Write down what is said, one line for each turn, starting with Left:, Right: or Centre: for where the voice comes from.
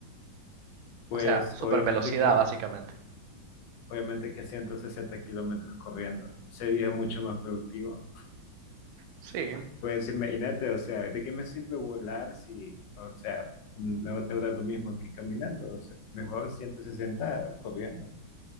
Left: pues
Right: O sea, super
Left: obviamente
Right: velocidad
Left: que
Right: básicamente.
Left: Obviamente que 160 kilómetros corriendo sería mucho más productivo.
Right: Sí.
Left: Pues imagínate, o sea, ¿de qué me sirve volar si, o sea, me va a tardar lo mismo que caminando? O sea, mejor 160 corriendo.